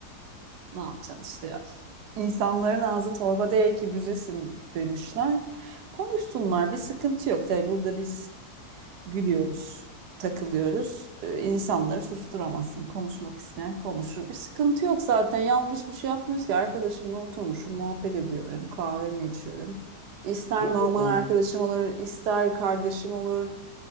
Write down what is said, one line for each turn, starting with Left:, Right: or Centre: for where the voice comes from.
Right: Ne yapacaksın işte ya. İnsanların ağzı torba değil ki büzesin demişler. Konuşsunlar bir sıkıntı yok. Tabii burada biz gülüyoruz, takılıyoruz. Ee, İnsanları susturamazsın. Konuşmak isteyen konuşur. Bir sıkıntı yok zaten. Yanlış bir şey yapmıyoruz ki. Arkadaşımla oturmuşum, muhabbet ediyorum, kahvemi içiyorum. İster
Left: Yok
Right: normal
Left: yok ben
Right: arkadaşım olur, ister kardeşim olur,